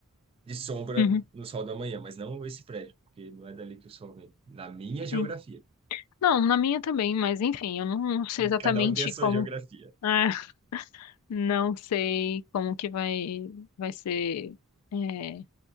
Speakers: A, on the right (about 25°); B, on the left (about 80°).
A: de sombra
B: uhum,
A: no sol da manhã, mas não esse prédio, porque não é dali que o sol vem. Na minha geografia.
B: sim. Não, na minha também, mas enfim, eu não sei exatamente
A: Cada um tem a sua
B: como.
A: geografia.
B: Ah, não sei como que vai, vai ser é,